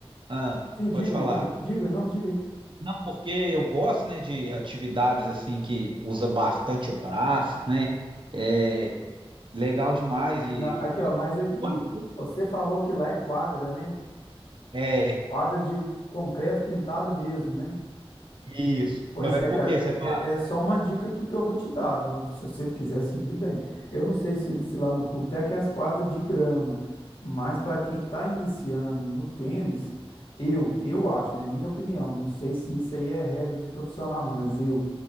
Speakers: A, on the right (about 55°); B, on the left (about 60°).
A: ah,
B: sim,
A: pode
B: diga,
A: falar.
B: diga, diga, não, diga.
A: Não, porque eu gosto, né, de atividades assim que usa bastante o braço, né? É, Legal demais e
B: Na- aqui, ó, mas aqui,
A: Uau.
B: você falou que lá é quadra, né?
A: É,
B: Quadra de concreto pintado mesmo, né?
A: isso.
B: Pois
A: Mas
B: é,
A: por
B: cara,
A: que você fala?
B: é, é só uma dica aqui que eu vou te dar, viu? Se você quiser seguir bem. Eu não sei se, se lá no clube tem aquelas quadras de grama, mas para quem está iniciando no tênis, eu, eu acho, né? É minha opinião. Não sei se isso aí é regra de profissional, não, mas eu.